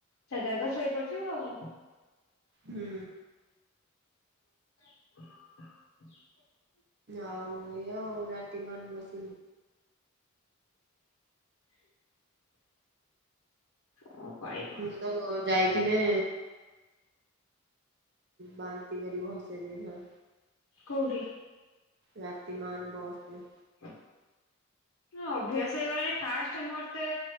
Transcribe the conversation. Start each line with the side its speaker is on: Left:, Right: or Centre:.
Left: ସେତେବେଳେ ତ ଶୋଇପଡି ଥିବୁ ଆଉ କଁ।
Right: ହୁଁ।
Left: <inaudible>
Right: ଆଉ ଏଇ ଆଉ ରାତି ମ ବସି
Left: ହ ପାଇବୁ।
Right: ମୁଁ ତ ଯାଇଥିଲେ। ବାନ୍ତି କରି ଭସେଇ ଦେଇ ଥାନ୍ତା।
Left: କଉଠି?
Right: ରାତି ମାନ ବସରେ।
Left: ହଁ, ଅଭ୍ୟାସ ହେଇଗଲାଣି ଫାଷ୍ଟ ମୋର ତେ